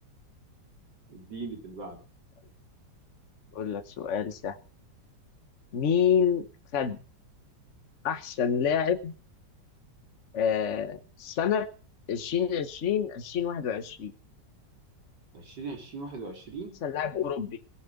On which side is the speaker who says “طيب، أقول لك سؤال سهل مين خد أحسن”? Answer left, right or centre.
Left